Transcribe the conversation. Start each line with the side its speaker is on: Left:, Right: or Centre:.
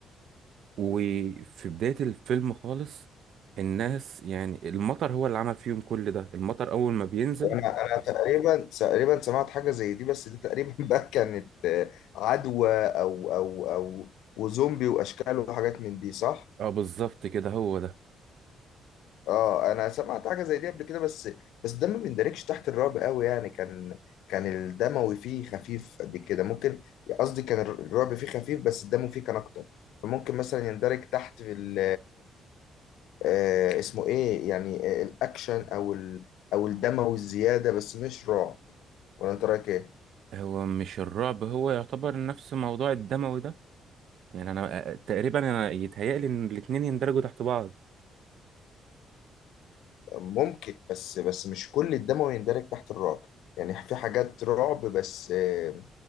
Right: وفي بداية الفيلم خالص الناس يعني المطر هو اللي عمل فيهم كل ده المطر اول ما بينزل
Left: وانا انا تقريبا تقريبا سمعت حاجه زي دي بس دي تقريبا <laughs> بقى كانت آه، عدوى او او او وزومبي واشكال وحاجات من دي صح
Right: اه بالظبط كده هو ده
Left: اه انا سمعت حاجه زي دي قبل كده بس بس ده ما بيندرجش تحت الرعب قوي يعني كان كان الدموي فيه خفيف قد كده ممكن قصدي كان الرعب فيه خفيف بس الدم فيه كان اكتر فممكن مثلا يندرج تحت في آه اسمه ايه يعني آه، الاكشن او ال او الدموي الزياده بس مش رعب ولا انت رايك ايه
Right: هو مش الرعب هو يعتبر نفس موضوع الدموي ده يعني انا آه، تقريبا انا يتهيألي ان الاتنين يندرجوا تحت بعض
Left: ممكن بس بس مش كل الدموي يندرج تحت الرعب يعني في حاجات رعب بس آه،